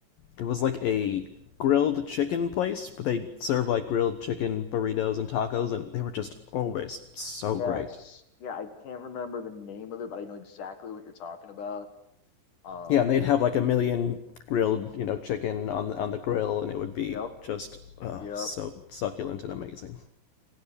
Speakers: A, on the left (about 80°); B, on the left (about 60°).
A: It was like a grilled chicken place, but they served like grilled chicken burritos and tacos, and they were just always so great.
B: Yes. Yeah, I can't remember the name of it, but I know exactly what you're talking about. Um,
A: Yeah, and they'd have like a million grilled, you know, chicken on the, on the grill, and it would be
B: yep.
A: just oh,
B: Yep.
A: so succulent and amazing.